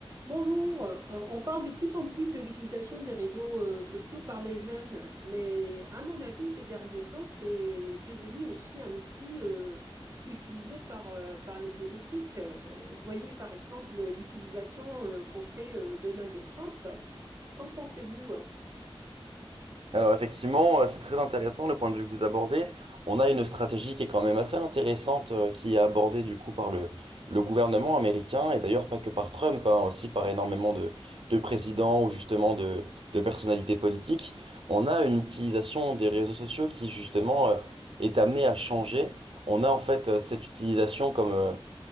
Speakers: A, on the right; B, on the right.
A: Bonjour, Euh, on parle de plus en plus de l'utilisation des réseaux euh, sociaux par les jeunes, mais à mon avis, ces derniers temps, c'est devenu aussi un outil euh, utilisé par, euh, par les politiques. Euh, voyez par exemple l'utilisation euh, qu'en fait euh, Donald Trump. Qu'en pensez-vous?
B: Alors effectivement, euh, c'est très intéressant le point de vue que vous abordez. On a une stratégie qui est quand même assez intéressante, euh, qui est abordée du coup par le, le gouvernement américain, et d'ailleurs pas que par Trump, hein, aussi par énormément de, de présidents ou justement de, de personnalités politiques. On a une utilisation des réseaux sociaux qui justement euh, est amenée à changer. On a en fait euh, cette utilisation comme, euh,